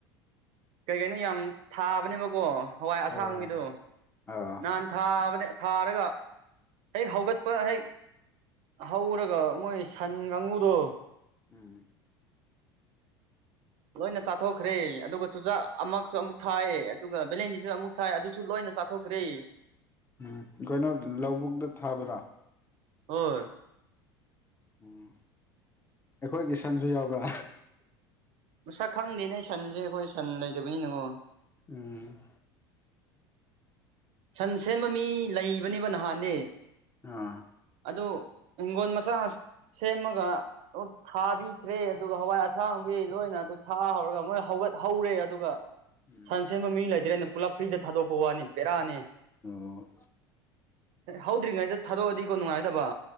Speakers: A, on the right; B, on the left.
A: ꯀꯩ ꯀꯩꯅꯣ ꯌꯥꯝ ꯊꯥꯕꯅꯦꯕꯀꯣ ꯍꯋꯥꯏ ꯑꯁꯥꯡꯕꯤꯗꯣ
B: ꯑꯣ ꯑꯣ
A: ꯅꯍꯥꯟ ꯊꯥꯕꯅꯦ ꯊꯥꯔꯒ ꯍꯦꯛ ꯍꯧꯒꯠꯄ ꯍꯦꯛ ꯍꯧꯔꯒ ꯃꯣꯏ ꯁꯟ ꯒꯥꯡꯒꯨꯗꯣ
B: ꯎꯝ
A: ꯂꯣꯏꯅ ꯆꯥꯊꯣꯛꯈ꯭ꯔꯦ ꯑꯗꯨꯒ ꯆꯨꯖꯥꯛ ꯑꯃꯛꯁꯨ ꯑꯃꯨꯛ ꯊꯥꯏ ꯑꯗꯨꯒ ꯚꯦꯂꯦꯟꯗꯤꯖꯨ ꯑꯃꯨꯛ ꯊꯥꯏ ꯑꯗꯨꯁꯨ ꯂꯣꯏꯅ ꯆꯥꯊꯣꯛꯈ꯭ꯔꯦ
B: ꯎꯝ ꯒꯩꯅꯣ ꯂꯧꯕꯨꯛꯇ ꯊꯥꯕꯔꯥ
A: ꯍꯣꯏ
B: ꯎꯝ ꯑꯩꯈꯣꯏꯒꯤ ꯁꯟꯁꯨ ꯌꯥꯎꯕ꯭ꯔꯥ
A: ꯃꯁꯛ ꯈꯪꯗꯦꯅꯦ ꯁꯟꯁꯦ ꯑꯩꯈꯣꯏ ꯁꯟ ꯂꯩꯇꯕꯅꯤꯅꯀꯣ
B: ꯎꯝ
A: ꯁꯟ ꯁꯦꯟꯕ ꯃꯤ ꯂꯩꯕꯅꯦꯕ ꯅꯍꯥꯟꯗꯤ
B: ꯑꯥ
A: ꯑꯗꯣ ꯍꯤꯡꯒꯣꯟ ꯃꯆꯥ ꯁꯦꯝꯃꯒ ꯊꯥꯕꯤꯈ꯭ꯔꯦ ꯑꯗꯨꯒ ꯍꯋꯥꯏ ꯑꯁꯥꯡꯕꯤ ꯂꯣꯏꯅ ꯑꯗꯨ ꯊꯥꯍꯧꯔꯒ ꯃꯣꯏ ꯍꯧꯒꯠꯍꯧꯔꯦ ꯑꯗꯨꯒ
B: ꯎꯝ
A: ꯁꯟ ꯁꯦꯟꯕ ꯃꯤ ꯂꯩꯇ꯭ꯔꯦꯅ ꯄꯨꯂꯞ ꯐ꯭ꯔꯤꯗ ꯊꯥꯗꯣꯛꯄ ꯋꯥꯅꯤ ꯕꯦꯔꯥꯅꯦ
B: ꯑꯣ
A: ꯍꯧꯗ꯭ꯔꯤꯉꯩꯗ ꯊꯥꯗꯣꯛꯑꯗꯤꯀꯣ ꯅꯨꯡꯉꯥꯏꯒꯗꯕ